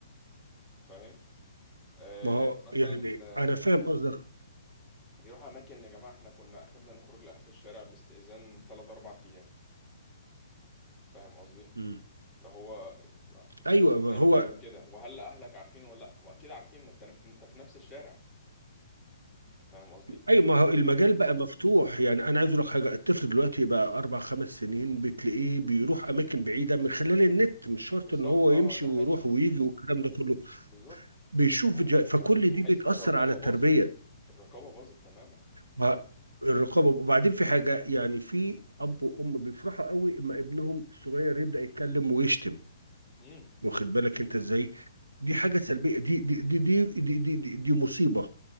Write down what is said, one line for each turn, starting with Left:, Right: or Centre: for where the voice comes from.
Left: فاهم آه،
Right: ما هو
Left: مثلا
Right: يعني
Left: آه،
Right: انا فاهم قصدك
Left: بيروحوا اماكن يا جماعه احنا كنا اخرنا نخرج لاخر الشارع باستئذان 3 4 ايام فاهم قصدي
Right: امم
Left: اللي هو انت انت
Right: ايوه
Left: ازاي
Right: ما هو
Left: بتعمل كده وهل اهلك عارفين ولا لا واكيد عارفين ما انت نف... انت في نفس الشارع انت فاهم قصدي
Right: اي ما هو المجال بقى مفتوح يعني انا عايز اقول لك حاجه الطفل دلوقتي بقى اربع خمس سنين بتلاقيه بيروح اماكن بعيده من خلال النت مش شرط
Left: بالظبط
Right: ان هو
Left: اه
Right: يمشي
Left: ده
Right: ويروح
Left: حقيقي
Right: ويجي والكلام ده كله
Left: بالظبط
Right: بيشوف
Left: وحته
Right: فيديوهات فكل دي
Left: حته
Right: بتأثر
Left: الرقابه
Right: على التربية
Left: باظت الرقابه باظت تماما
Right: ما- الرقابة وبعدين في حاجة يعني في أب وأم بيفرحوا قوي اما ابنهم الصغير يبدأ يتكلم ويشتم
Left: امم
Right: واخد بالك أنت إزاي دي حاجة سلبية دي دي دي دي دي, دي, دي, دي مصيبة